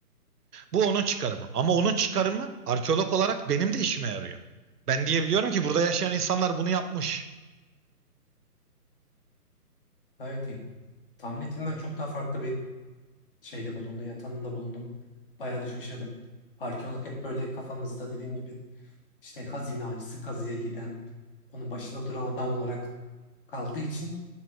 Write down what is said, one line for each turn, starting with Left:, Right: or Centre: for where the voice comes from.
Right: Bu onun çıkarımı. Ama onun çıkarımı arkeolog olarak benim de işime yarıyor. Ben diyebiliyorum ki burada yaşayan insanlar bunu yapmış.
Left: Gayet iyi. Tahmin ettiğimden çok daha farklı bir şeyde bulundum ya tanımda bulundum. Bayağı da şaşırdım. Arkeolog hep böyle kafamızda dediğim gibi işte hazine avcısı kazıya giden onun başında duran adam olarak kaldığı için